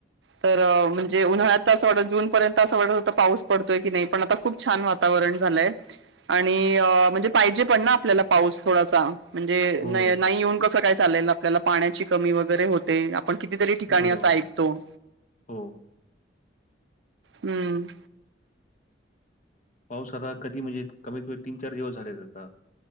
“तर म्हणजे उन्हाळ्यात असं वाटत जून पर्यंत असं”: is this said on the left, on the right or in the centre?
Right